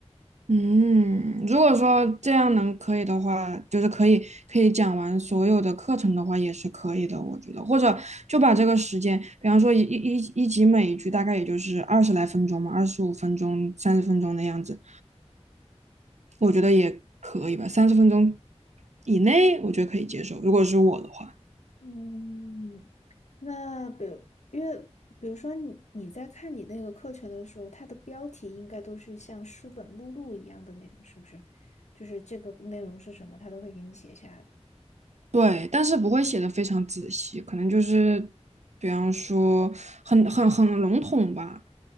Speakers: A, on the right (about 80°); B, on the left (about 80°).
A: 嗯，如果说这样能可以的话，就是可以可以讲完所有的课程的话，也是可以的，我觉得。或者就把这个时间，比方说一一一一集每一句大概也就是二十来分钟嘛，二十五分钟、三十分钟的样子，我觉得也可以吧。
B: 嗯
A: 三十分钟以内，我觉得可以接受。如果是我的话。
B: 嗯，那比如，因为比如说你你在看你那个课程的时候，它的标题应该都是像书本目录一样的那种，是不是？就是这个内容是什么，它都会给你写下来。
A: 对，但是不会写的非常仔细，可能就是比方说很很很笼统吧。